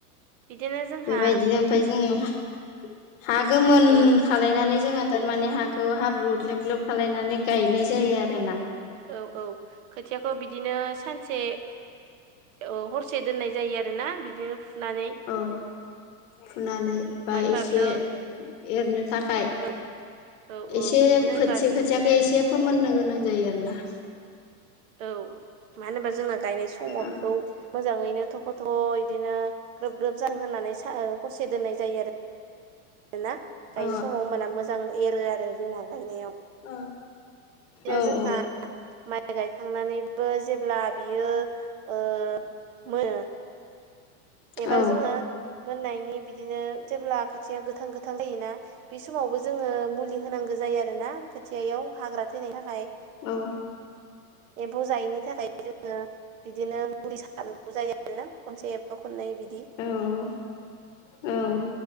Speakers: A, on the right (about 60°); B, on the left (about 55°).
A: बिदिनो जोंहा
B: बेबायदिनो ओमफफ्राय जोङो हा गोमोन
A: उम
B: खालायनानै जोङो थारमाने हाखौ हाब्रु ग्लेब ग्लेब खालायनानै गायनाय जायो आरो ना।
A: औ औ खोथियाखौ बिदिनो सानसे ओ हरसे दोननाय जायो आरोना बिदिनो फुनानै।
B: औ फुनानै बा
A: मानो
B: एसे
A: होनबा बियो
B: एरनो थाखाय
A: औ औ मानो
B: एसे
A: होनबा
B: खोथि
A: बि
B: खोथियाखौ एसे फोमोननो गोनां जायो आरोना
A: औ मानो होनबा जोंना गायनाय समाव
B: औ
A: बेखौ मोजाङैनो थख' थख' इदिनो ग्रोब ग्रोब जाहोन होननानै स हरसे दोननाय जायो आरो <unintelligible> गायनाय
B: औ
A: समाव होमबाना मोजां एरो आरो जोंना गायनायाव
B: औ
A: बिदिनो
B: औ
A: जोंहा
B: औ।
A: माइ गायखांनानैबो जेब्ला बियो ओ मोनो एबा
B: औ
A: जोङो मोननायनि बिदिनो जेब्ला आ खोथिया गोथां गोथां जायोना बे समावबो जोङो मुलि होनांगौ जायो आरो ना खोथियायाव हाग्रा थैनायनि थाखाय।
B: औ।
A: एम्फौ जायैनि थाखाय जोङो बिदिनो मुलि सारनांगौ जायो आरोना खनसे एबा खननै बिदि।
B: औ औ।